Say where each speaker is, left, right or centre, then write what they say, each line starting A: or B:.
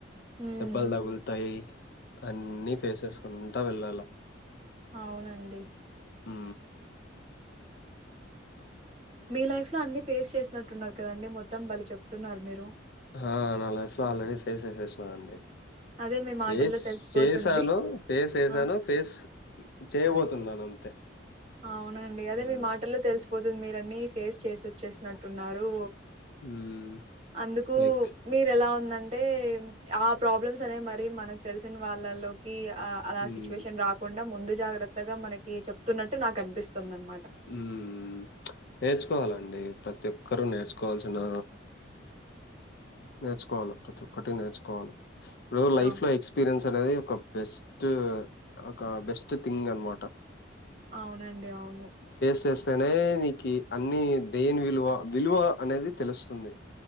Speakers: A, on the right; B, on the left.
A: మ్మ్
B: దెబ్బలు తగుల్తాయ్ అన్ని ఫేసెస్ ఉంట వెళ్ళాలా
A: అవునండి
B: ఊ
A: మీ లైఫ్ లో అన్ని ఫేస్ చేసినట్టున్నారు కదండి మొత్తం భలే చెప్తున్నారు మీరు
B: హా నా లైఫ్ లో ఆల్రెడీ ఫేస్ చేసేసినా అండి
A: అదే మీ మాటల్లో
B: ఫేస్
A: తెలిసిపోతుంది.
B: చేసాను ఫేస్ చేసాను
A: ఆ!
B: ఫేస్ చేయబోతున్నాను అంతే
A: అవునండి అదే
B: ఆ
A: మీ మాటల్లో తెలిసిపోతుంది మీర న్ని ఫేస్ చేసి వచ్చేసినట్టున్నారూ
B: మ్మ్
A: అందుకు
B: లైక్
A: మీరు ఎలా ఉన్నా అంటే ఆ ప్రాబ్లమ్స్ అనేవి మరి మనకు తెలిసిన వాళ్ళలోకి ఆ అలా
B: మ్మ్
A: సిచ్యువేషన్ రాకుండా ముందే జాగ్రత్తగా మనకి చెప్తున్నట్ ట్టు నాకు అనిపిస్తుందండి
B: ఉమ్ నేర్చుకోవాలండి ప్రతి ఒక్కరూ నేర్చుకో కోవాల్సిన నేర్చుకోవాల ప్రతి ఒక్కటి నేర్చుకోవాల ఇప్పుడు లైఫ్
A: అవును.
B: లో ఎక్స్పీరియన్స్ నేది ఒక బెస్ట్ ఒక బెస్ట్ థింగ్ అనమాట
A: అవునండి అవును
B: సేస్తేనే నీకి అన్ని దేని విలువ విలువ అనేది తెలుస్తుంది